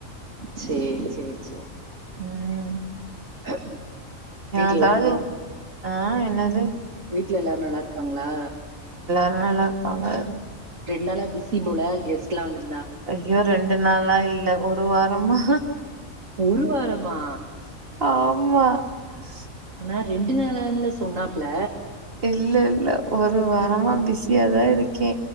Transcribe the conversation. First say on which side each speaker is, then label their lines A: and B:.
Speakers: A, on the right; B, on the right.
A: சேரி சேர் சே
B: ம்
A: <unintelligible> வீட்ல
B: அதாவது
A: எல்லா நல்லாரு
B: ஆ என்னது
A: வீட்ல எல்லாரு நல்லாருக் காங்ளா?
B: நல்லாருக்காங்க
A: ரெண் நாளா பிசி போல கெஸ்ட்லா வந்துரு
B: ஐயோ ரெண்டு நாளா இல் ல ஒரு வாரமா
A: ஒரு வாரமா
B: ஆமா <inaudible>
A: நா ரெண்டு நாளான்ல சொன்னாப்ல
B: இல்ல ஒரு வாரமா பிஸியாதா இருக்கே